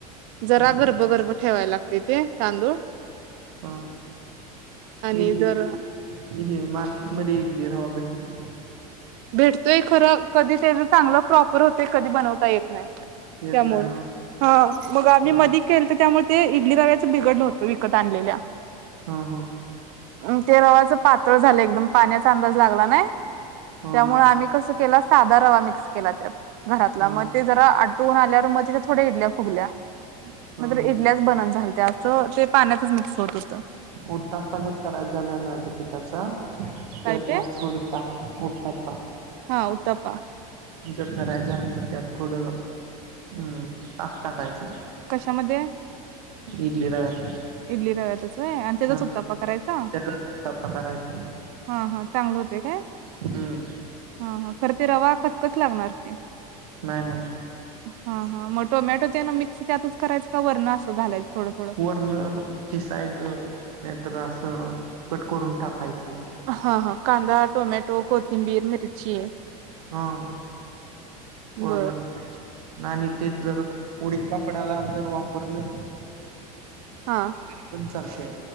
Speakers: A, on the right (about 65°); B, on the right (about 80°).
A: जरा
B: हं
A: गरब-गरब ठेवायला लागतंय ते तांदूळ
B: हं
A: आणि
B: इडली
A: जर
B: हे मार्केट मध्ये इडली रवा भेटतो ना.
A: भेटतय खरं कधी त्याच चांगलं प्रॉप होते कधी बनवता येत नाही,
B: येत
A: त्यामुळे
B: नाही हा
A: हम्म मगं आम्ही
B: ते
A: मधी केलत त्यामुळ ते इडली रव्याच बिघडलं होत विकत आणलेल्या.
B: हां हां.
A: अन ते रव्याचं पातळ झालं एकदम पाण्याचा अंदाज लागला नाय.
B: हा
A: त्यामुळे आम्ही कसं केला साध रवा मिक्स केला त्यात. घरातला
B: हा
A: म ते जरा फोन आल्यावर म तिथं थोडी इडल्या फुगल्या
B: हा
A: नाहीतर
B: हा
A: इडल्याच बनून झालत्या अंस ते पाण्यातच मिक्स होत
B: उतप्पा जर खराब झाला ना त्या पिठाचा?
A: काय
B: त
A: ते
B: त्यात थोड ताक ओतता पा
A: हां उतप्पा.
B: जर करायच झालं तर त्यात थोडं हम्म ताक टाकायचं.
A: कशामध्ये?
B: इडली रव्यात.
A: इडली रव्यातच व्हय आणि त्याचाच
B: ह
A: उत्ताप्पा करायचा
B: त्याचाच उत्ताप्पा करायचा
A: हां हां चांगलं होतंय काय?
B: हम्म
A: हां हां खरं ते रवा क कस लागणार ते?
B: नाही नाही
A: हम्म हम्म म टोमॅटो त्यांन मिक कसं त्यातच करायचं का वरण असं घालायचं? थोडं थोडं
B: वरणं खिसायचं नाहीतर, असं कट करून टाकायचं.
A: हा हा कांदा, टोमॅटो, कोथिंबीर, मिर्ची
B: हा वरणं
A: बर
B: टाकायची आणि तेच जर उडीद पापडाला जर वापरलं?
A: हा.
B: तरी पण चा चालतय.